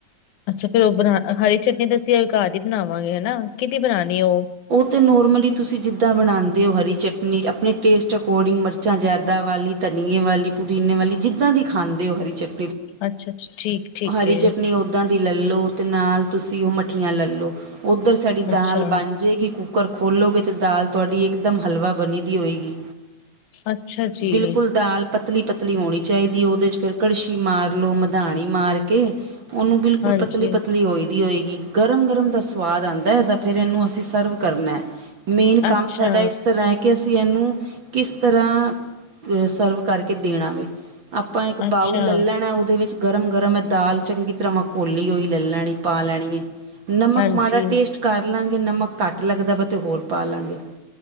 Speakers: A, on the left (about 80°); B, on the right (about 50°).
A: ਅੱਛਾ ਫਿਰ ਉਹ ਬਣਾ ਹਰੀ ਚਟਨੀ ਤਾਂ ਅਸੀਂ ਘਰ ਹੀ ਬਣਾਵਾਂਗੇ ਹਨਾ ਕਿਹਦੀ ਬਣਾਉਣੀ ਉਹ
B: ਅਤੇ ਨੋਰਮਲੀ ਤੁਸੀਂ ਜਿੱਦਾਂ ਬਣਾਉਂਦੇ ਹੋ ਹਰੀ ਚਟਨੀ ਆਪਣੇ‍ ਟੇਸਟ ਅਕੋਰਡਿੰਗ ਮਿਰਚਾਂ ਜ਼ਿਆਦਾ ਵਾਲੀ ਧਨੀਏ, ਵਾਲੀ ਪੁਦੀਨੇ ਵਾਲੀ ਜਿੱਦਾਂ ਦੀ ਖਾਂਦੇ ਹੋ ਹਰੀ ਚੱਟ
A: ਅੱਛਾ! ਅੱਛਾ! ਠੀਕ ਠੀਕ।
B: ਹਰੀ
A: ਏ
B: ਚਟਨੀ ਓਦਾਂ ਦੀ ਲੈ ਲਓ ਤੇ ਨਾਲ ਤੁਸੀਂ ਉਹ ਮੱਠੀਆਂ ਲੈ ਲੋ। ਉੱਧਰ ਸਾਡੀ ਦਾਲ
A: ਅੱਛਾ,
B: ਬਣ ਜੇਗੀ ਕੁੱਕਰ ਖੋਲੋਗੇ ਅਤੇ ਦਾਲ ਤੁਹਾਡੀ ਇਕਦਮ ਹਲਵਾ ਬਣੀ ਦੀ ਹੋਏਗੀ।
A: ਅੱਛਾ ਜੀ।
B: ਬਿਲਕੁਲ ਦਾਲ। ਪਤਲੀ ਪਤਲੀ ਹੋਣੀ ਚਾਹੀਦੀ ਉਹਦੇ ਚ ਫਿਰ ਕੜਸ਼ੀ ਮਾਰ ਲੋੋ ਮਧਾਣੀ ਮਾਰ ਕੇ ਉਹਨੂੰ ਬਿਲਕੁਲ
A: ਹਾਂਜੀ,
B: ਪਤਲੀ ਪਤਲੀ ਹੋਏਗੀ ਹੋਏਗੀ ਗਰਮ ਗਰਮ ਦਾ ਸਵਾਦ ਆਉਂਦਾ ਫਿਰ ਇਹਨੂੰ ਅਸੀਂ ਸਰਵ ਕਰਨਾ ਮੇਨ
A: ਅੱਛਾ,
B: ਕੰਮ ਸਾਡਾ ਇਸ ਤਰ੍ਹਾਂ ਹੈ ਕਿ ਅਸੀ ਇਹਨੂੰ ਕਿਸ ਤਰ੍ਹਾਂ ਸਰਵ ਕਰਕੇ ਦੇਣਾ ਵੇ। ਆਪਾਂ ਇੱਕ
A: ਅੱਛਾ
B: ਬਾਊਲ ਲੈ ਲੈਣਾ ਉਹਦੇ ਵਿੱਚ ਗਰਮ ਗਰਮ ਚੰਗੀ ਤਰ੍ਹਾਂ ਕੋਲੀ ਹੋਈ ਲੈ ਲੈਣੀ ਪਾ ਲੈਣੀ ਹੈ। ਨਮਕ
A: ਹਾਂਜੀ,
B: ਮਾੜਾ ਟੇਸਟ ਕਰ ਲਾਂਗੇ ਨਮਕ ਘੱਟ ਲੱਗਦਾ ਵਾ ਤੇ ਹੋਰ ਪਾ ਲਾਂਗੇ।